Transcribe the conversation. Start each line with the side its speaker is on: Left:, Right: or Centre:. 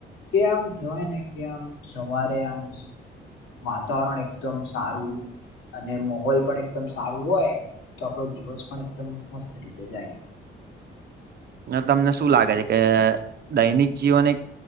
Left: કે આમ કેવાય ને કે આમ સવારે આમ વાતાવરણ એકદમ સારું અને મોહોલ પણ એકદમ સારું હોય તો આપણો દિવસ પણ એકદમ મસ્ત રીતે જાય.
Right: તમને શું લાગે છે કે દૈનિક જીવન એક